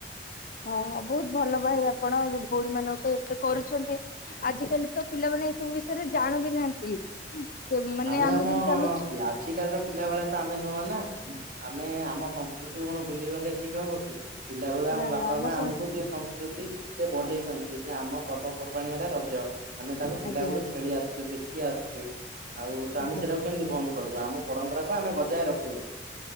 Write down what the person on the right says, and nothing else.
ଆମେ ଆମ
ପିଆ ଆଜି କାଲିର ପିଲା ଭଳିଆ ତ ଆମେ ନୁହଁ ନା, ଆମେ ଆମ ସଂସ୍କୃତି କଣ ଭୁଲି ଗଲେ ଠିକ୍ ହବ କି। ପିଲା ବେଳ ଆମ
ବାପା
ମା
ଆମକୁ ସେ ସଂସ୍କୃତିରେ ବଢେଇଛନ୍ତି ଯେ ଆମ ପର୍ବ ପର୍ବାଣୀ ହେଲା ରଜ, ଆମେ ତାକୁ ପିଲା
ବେଳକୁ
ଖେଳି ଆସିଛୁ ଦେଖି ଆସିୁଛୁ। ଆଉ ତ ଆମେ
ସେଟାକୁ କେମିତି ବନ୍ଦ କରିଦୁ ଆମ ପରମ୍ପରାକୁୁ ଆମେ ବଜାୟ ରଖିବୁ।